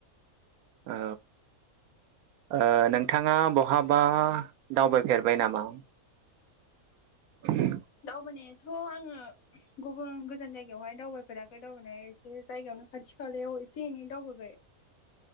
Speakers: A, on the right; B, on the left.
A: औ ओ नोंथाङा बहाबा दावबायफेरबाय नामा? <unintelligible>
B: दावबायानायाथ' आङो गुबुन गोजान जायगायावहाय दावबायफेराखै दावबायनाया एसे जायगायावनो खाथि खालायाव एसे एनै दावबाय बाय।